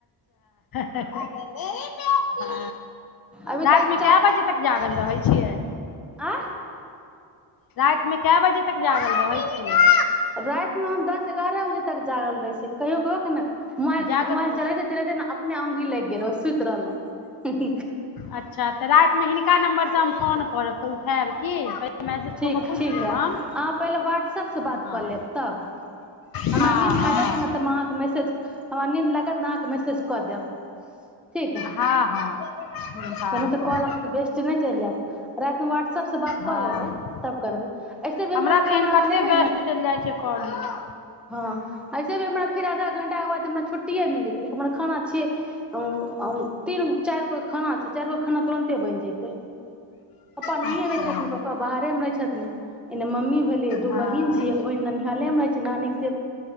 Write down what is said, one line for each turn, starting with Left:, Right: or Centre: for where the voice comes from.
Left: ह <inaudible> ह
Centre: अभी
Left: राइतमे
Centre: तक तऽ
Left: कै बजे तक जागल रहै छियै
Centre: आँ
Left: राइत मे कए बजे तक जागल रहै छीयै
Centre: राइत मे हम दस एगारह बजे तक जागल रहे छीयै कहियो कहिय के ने मोबाइल
Left: जागल
Centre: मोबाइल
Left: रहै
Centre: चलैते चलैते ने अपने ओंघी लैग गेल सुति रहलहु
Left: अच्छा तऽ रातिमे हिनका नम्बर से हम फोन करबऽ उठायब की मैसेज
Centre: ठीक
Left: कऽ कऽ पूछि
Centre: ठीक
Left: लेब
Centre: है
Left: हम
Centre: अहाँ पहिले व्हाट्सऐपसँ बात
Left: हँ
Centre: कऽ लेब तब हमरा
Left: हँ
Centre: नीन्द
Left: हँ
Centre: लागत ने तऽ हम अहाँके मैसेज हमरा नीद लागत अहाँके मैसेज कऽ देब ठीक
Left: हँ हँ
Centre: नहि
Left: हँ
Centre: तऽ
Left: कऽ
Centre: कॉल
Left: देब
Centre: अहाँके बेस्ट नहि चलि जायत रातिमे वाटस कलेबै
Left: हँ
Centre: तब करबै ऐसे भी
Left: हमरा
Centre: खाना
Left: तऽ एहन
Centre: बनेबै
Left: कते वयस्ट
Centre: ने
Left: चलि जाइ छै काॅलिग
Centre: हँ ऐसे भी हमरा फेर आधा घं्टा के बाद हमरा छुट्टिए मिल जेतै हमर खाना छियै उ तीन चार गो खाना छै चार गो खाना तुरंते बनि जते पापा
Left: अच्छा
Centre: नहिये रहे छथिन पप्पा बाहरे मे रहे छथिन एने मम्मी भेलिये दू
Left: हँ
Centre: बहिन छीये एक बहिन ननिहाले मे रहे छै नानी